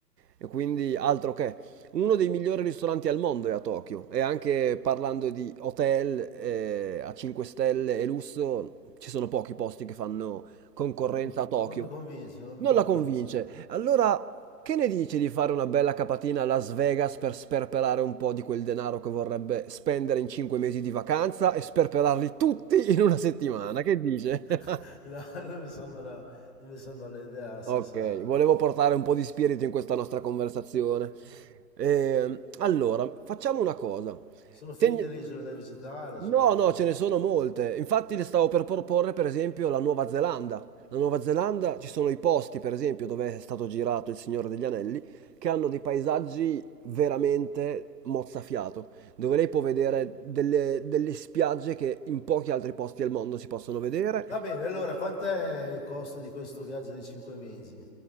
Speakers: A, on the right; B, on the left.
A: E quindi altro che. Uno dei migliori ristoranti al mondo è a Tokyo. E anche parlando di hotel eh, a 5 stelle e lusso, ci sono pochi posti che fanno concorrenza
B: Non mi, con-
A: a Tokyo.
B: non mi convince, non mi
A: Non
B: convince.
A: la convince. Allora che ne dici di fare una bella capatina a Las Vegas per sperperare un po' di quel denaro che vorrebbe spendere in 5 mesi di vacanza e sperperarli tutti in una settimana? Che dice? <laughs>
B: <laughs> No, non mi sembra, non mi sembra l'idea sensata.
A: Ok, volevo portare un po' di spirito in questa nostra conversazione. Ehm, allora, facciamo una cosa.
B: Sono finite
A: Teni-
B: le isole da visitare,
A: No,
B: sono finite.
A: no, ce ne sono molte. Infatti le stavo per proporre, per esempio, la Nuova Zelanda. La Nuova Zelanda ci sono i posti, per esempio, dove è stato girato Il Signore degli Anelli, che hanno dei paesaggi veramente mozzafiato, dove lei può vedere delle, delle spiagge che in pochi altri posti al mondo si possono vedere,
B: Va bene, allora, quant'è il costo di questo viaggio di 5 mesi?